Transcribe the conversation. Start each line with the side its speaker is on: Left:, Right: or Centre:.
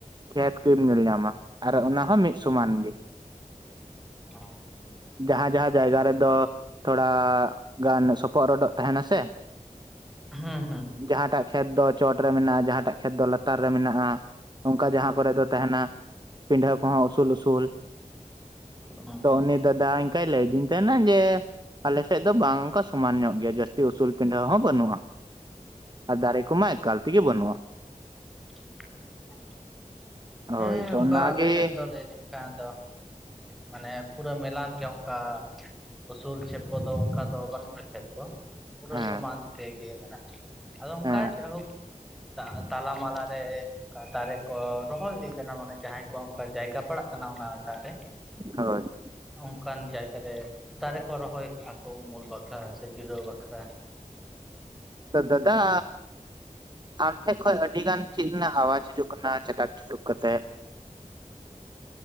Right: ᱠᱷᱮᱛ ᱜᱮᱢ ᱧᱮᱞ ᱧᱟᱢᱟ ᱟᱨ ᱚᱱᱟ ᱦᱚᱸ ᱢᱤᱫ ᱥᱚᱢᱟᱱ ᱜᱮ᱾
Centre: ᱚ᱾
Right: ᱡᱟᱦᱟᱸ ᱡᱟᱦᱟᱸ ᱡᱟᱭᱜᱟ ᱨᱮᱫᱚ ᱛᱷᱚᱲᱟ ᱜᱟᱱ ᱥᱚᱯᱚᱫ ᱨᱚᱰᱚᱜ ᱛᱟᱦᱮᱱᱟ ᱥᱮ,
Centre: ᱦᱩᱸ ᱦᱩᱸ᱾
Right: ᱡᱟᱦᱟᱸᱴᱟᱜ ᱠᱷᱮᱛ ᱫᱚ ᱪᱚᱴ ᱨᱮ ᱢᱮᱱᱟᱜᱼᱟ ᱡᱟᱦᱟᱸᱴᱟᱜ ᱠᱷᱮᱛ ᱫᱚ ᱞᱟᱛᱟᱨ ᱨᱮ ᱢᱮᱱᱟᱜ-ᱟ᱾ ᱚᱱᱠᱟ ᱡᱟᱦᱟᱸ ᱠᱚᱨᱮ ᱫᱚ ᱛᱟᱦᱮᱱᱟ ᱯᱤᱱᱰᱟᱹ ᱠᱚᱦᱚᱸ ᱩᱥᱩᱞ ᱩᱥᱩᱞ᱾
Centre: ᱦᱩᱸ
Right: ᱛᱚ ᱩᱱᱤ ᱫᱟᱫᱟ ᱤᱝᱠᱟᱭ ᱞᱟᱹᱭ ᱟᱫᱤᱱ ᱛᱟᱦᱮᱱᱟ ᱡᱮ ᱟᱞᱮ ᱥᱮᱫ ᱫᱚ ᱵᱟᱝ ᱚᱱᱠᱟ ᱥᱚᱢᱟᱱ ᱧᱚᱜ ᱜᱮᱭᱟ ᱡᱟᱹᱥᱛᱤ ᱩᱥᱩᱞ ᱯᱤᱱᱰᱟᱹ ᱦᱚᱸ ᱵᱟᱹᱱᱩᱜᱼᱟ᱾ ᱟᱨ ᱫᱟᱨᱮ ᱠᱚᱢᱟ ᱮᱠᱟᱞ ᱛᱮᱜᱮ ᱵᱟᱹᱱᱩᱜᱼᱟ᱾
Centre: <inaudible>
Right: ᱦᱳᱭ
Centre: ᱦᱮᱸ
Right: ᱛᱚ
Centre: ᱚᱱᱠᱟ
Right: ᱚᱱᱟᱜᱮ
Centre: ᱟᱞᱮ ᱥᱮᱱ ᱫᱚ ᱞᱟᱹᱭ ᱞᱮᱱᱠᱷᱟᱱ ᱫᱚ, ᱢᱟᱱᱮ ᱯᱩᱨᱟᱹ ᱢᱮᱞᱟᱱ ᱜᱮ ᱚᱱᱠᱟ ᱩᱥᱩᱞ ᱪᱷᱮᱯᱚ ᱫᱚ ᱚᱱᱠᱟ ᱫᱚ ᱵᱟᱹᱱᱩᱜᱼᱟ ᱠᱷᱮᱛ᱾ ᱠᱚ ᱯᱩᱨᱟᱹ
Right: ᱦᱮᱸ
Centre: ᱥᱚᱢᱟᱱ ᱛᱮᱜᱮ ᱢᱮᱱᱟᱜ ᱟᱫᱚ ᱚᱱᱠᱟ
Right: ᱦᱮᱸ
Centre: ᱡᱟᱭᱦᱳᱠ, ᱛᱟ ᱛᱟᱞᱟᱢᱟᱞᱟ ᱨᱮ ᱚᱱᱠᱟ ᱫᱟᱨᱮ ᱠᱚ ᱨᱚᱦᱚᱭ ᱦᱩᱭ ᱠᱟᱱᱟ ᱢᱟᱱᱮ ᱡᱟᱦᱟᱸᱭ ᱠᱚᱣᱟᱜ ᱚᱱᱠᱟ ᱡᱟᱭᱜᱟ ᱯᱟᱲᱟᱜ ᱠᱟᱱᱟ ᱚᱱᱟᱴᱟᱜ ᱨᱮ,
Right: ᱦᱳᱭ᱾
Centre: ᱚᱱᱠᱟᱱ ᱡᱟᱭᱜᱟ ᱨᱮ ᱫᱟᱨᱮ ᱠᱚ ᱨᱚᱦᱚᱭ ᱠᱟᱜᱼᱟ ᱠᱚ ᱩᱢᱩᱞ ᱵᱟᱠᱷᱨᱟ ᱥᱮ ᱡᱤᱨᱟᱹᱣ ᱵᱟᱠᱷᱨᱟ᱾
Right: ᱛᱚ ᱫᱟᱫᱟᱻ ᱟᱢ ᱴᱷᱮᱡ ᱠᱷᱚᱡ ᱟᱹᱰᱤᱜᱟᱱ ᱪᱮᱫ ᱨᱮᱱᱟᱜ ᱟᱣᱟᱡ ᱦᱤᱡᱩᱜ ᱠᱟᱱᱟ ᱪᱟᱴᱟᱠ ᱪᱩᱴᱩᱠ ᱠᱟᱛᱮᱫ᱾
Centre: <inaudible>